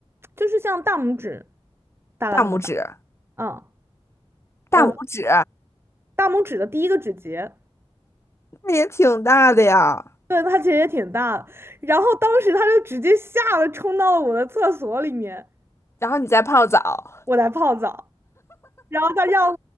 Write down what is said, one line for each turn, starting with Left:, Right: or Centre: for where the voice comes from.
Right: 就是像大拇指大概那么大，
Left: 大拇指，
Right: 嗯，
Left: 大拇指，
Right: 呃，大拇指的第一个指节，
Left: 那也挺大的呀。
Right: 对，它其实也挺大的。然后当时他就直接吓得冲到了我的厕所里面，
Left: 然后你再泡澡，
Right: 我在泡澡。然后他要，